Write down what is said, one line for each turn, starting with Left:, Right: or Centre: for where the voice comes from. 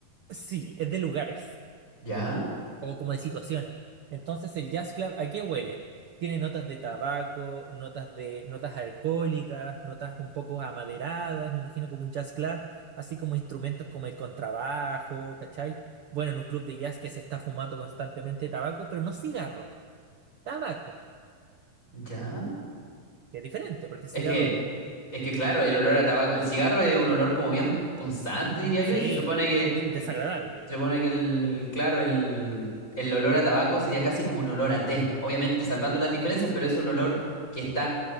Right: sí, es de lugares.
Left: Ya,
Right: o como de situaciones. Entonces, el jazz club, ¿a qué huele? Tiene notas de tabaco, notas de notas alcohólicas, notas un poco amaderadas, me imagino como un jazz club, así como instrumentos como el contrabajo, ¿cachai? Bueno, en un club de jazz que se está fumando constantemente tabaco, pero no cigarro, tabaco,
Left: ya.
Right: que es diferente, porque el
Left: Es
Right: cigarro,
Left: que... Es que claro, el olor a tabaco, el cigarro es un olor como bien punzante,
Right: mm,
Left: diría yo,
Right: sí,
Left: y se supone que,
Right: di- desagradable.
Left: se, se supone que el, claro, el, el olor a tabaco sería casi como un olor a té, obviamente salvando las diferencias, pero es un olor que está